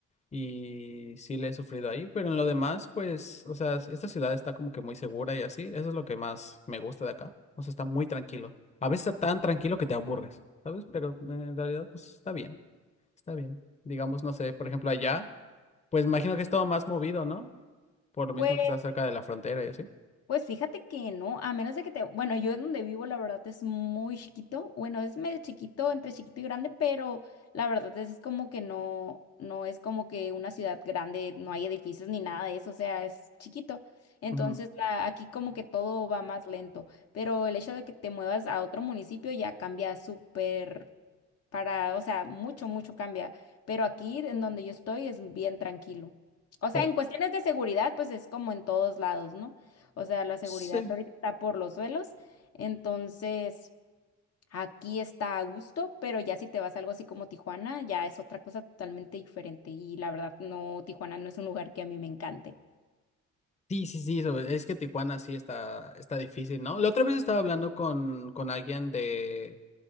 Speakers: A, on the left (about 20°); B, on the left (about 55°).
A: Y sí le he sufrido ahí. Pero en lo demás, pues, o sea, esta ciudad está como que muy segura y así. Eso es lo que más me gusta de acá. O sea, está muy tranquilo. A veces está tan tranquilo que te aburres, ¿sabes? Pero eh, en realidad, pues está bien. Está bien. Digamos, no sé, por ejemplo, allá, pues imagino que es todo más movido, ¿no? Por lo mismo
B: Pues
A: que está cerca de la frontera y así.
B: Pues fíjate que no, a menos de que te, bueno, yo donde vivo la verdad es muy chiquito, bueno, es medio chiquito, entre chiquito y grande, pero la verdad es, es como que no, no es como que una ciudad grande, no hay edificios ni nada de eso, o sea, es chiquito. Entonces,
A: Ujú.
B: la, aquí como que todo va más lento, pero el hecho de que te muevas a otro municipio ya cambia súper para, o sea, mucho, mucho cambia, pero aquí en donde yo estoy es bien tranquilo. O sea,
A: Oh,
B: en cuestiones de seguridad, pues es como en todos lados, ¿no? O sea, la seguridad
A: sí.
B: ahorita está por los suelos. Entonces, aquí está a gusto, pero ya si te vas a algo así como Tijuana, ya es otra cosa totalmente diferente. Y la verdad, no, Tijuana no es un lugar que a mí me encante.
A: Sí, sí, sí, sobre- es que Tijuana sí está, está difícil, ¿no? La otra vez estaba hablando con, con alguien de,